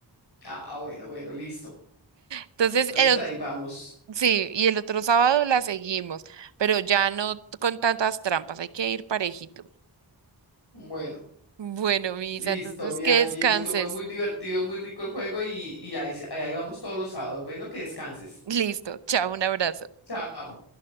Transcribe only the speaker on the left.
Ah, bueno, bueno, listo.
Entonces
ahí
vamos.
Bueno.
Listo,
mi
Angie,
estuvo muy divertido, muy rico el juego y, y ahí, ahí vamos todos los sábados. Bueno, que descanses.
Chao.